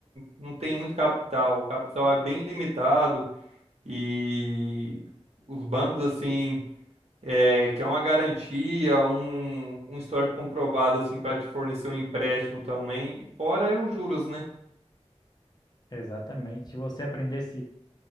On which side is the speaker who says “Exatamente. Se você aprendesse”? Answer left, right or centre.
Left